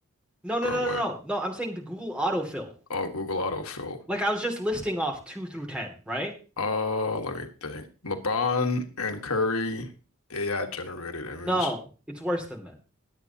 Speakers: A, in the centre; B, on the left.
A: No, no,
B: or
A: no,
B: what?
A: no, no. No, I'm saying the Google autofill.
B: Oh, Google autofill.
A: Like I was just listing off two through 10, right?
B: Oh, let me think. LeBron and Curry, AI generated image
A: No, it's worse than that.